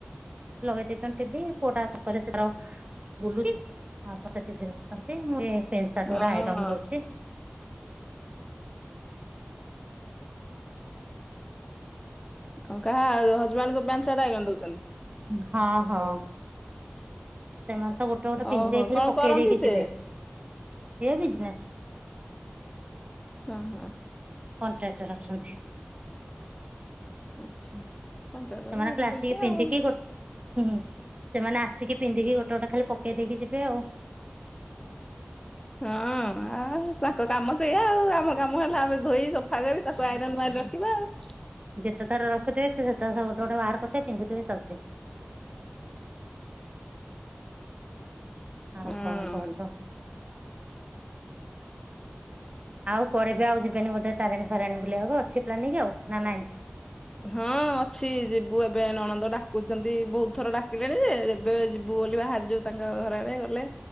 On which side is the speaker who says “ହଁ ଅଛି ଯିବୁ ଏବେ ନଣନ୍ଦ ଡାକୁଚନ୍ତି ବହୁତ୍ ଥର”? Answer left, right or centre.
Left